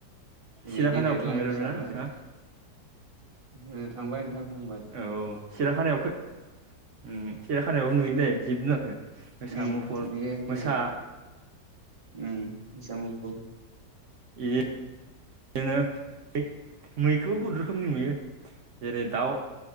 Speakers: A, on the right; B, on the right.
A: जेरै
B: सिराखानायाव
A: गेदेरलाय
B: थांफेरबायना
A: फिसालाय
B: नोंथाङा
A: ओ थांबाय नोंथां थांबाय
B: औ औ सिराखानायाव खै उम सिराखानायावबो नुयो दै जिब जुनारखो मोसा
A: उम
B: मुफुर
A: बेयो जेरै
B: मोसा
A: उम मोसा मुफुर
B: ए दिनो मै मैखौबो बहुत रोखोमनि नुयो जेरै दाउ